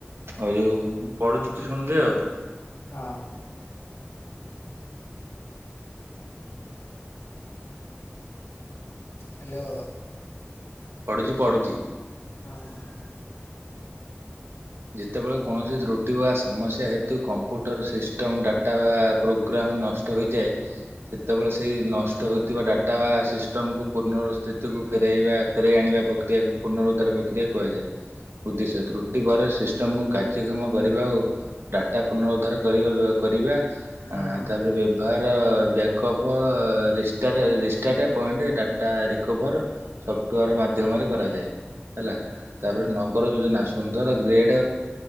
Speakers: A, on the right; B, on the left.
A: ଆଉ ଯୋଉ ମୁଁ ପଢୁଛି ତୁ ଶୁଣିଦେ ଆଉ।
B: ହଁ। ହ୍ୟାଲୋ।
A: ପଢୁଛି ପଢୁଛି
B: ହଁ ହଁ।
A: ଯେତେବେଳେ କୌଣସି ତ୍ରୁଟି ବା ସମସ୍ୟା ହେ ତୁ କମ୍ପ୍ୟୁଟର ସିଷ୍ଟମ୍ ଡାଟା ବା ପୋଗ୍ରାମ୍ ନଷ୍ଟ ହୋଇଯାଏ। ସେତେବେଳେ ସେଇ ନ ନଷ୍ଟ ହେଇଥିବା ଡାଟା ସିଷ୍ଟମ ପୁନ ସ୍ଥିତିକୁ ଫେରାଇବା ଫେରାଇଆଣିବା ପ୍ରକ୍ରିୟାକୁ ପୂର୍ଣ୍ଣଉଧାର ପ୍ରକ୍ରିୟା କୁହାଯାଏ। ଉଦ୍ଦେଶ୍ୟ ତ୍ରୁଟିିବାରେ ସେ ସିଷ୍ଟମକୁ କାର୍ଯ୍ୟକ୍ଷମ କରିବା ଓ ଡାଟା ଉଧାର କରିବା କରିବା
B: ହଁ
A: ଆଁ ତାପରେ ବ୍ୟବହାର ବ୍ୟାକପ ରିଷ୍ଟାରେ ରିଷ୍ଟାଟ ପଏଣ୍ଟ ଡାଟାରିକଭର ସଫ୍ଟୱୋର ମାଧ୍ୟମରେ କରାଯାଏ। ହେଲା,
B: ହଁ
A: ତାପରେ
B: ହଁ।
A: ନଗର ଯୋଜନା ସୁନ୍ଦର ଗ୍ରେଡ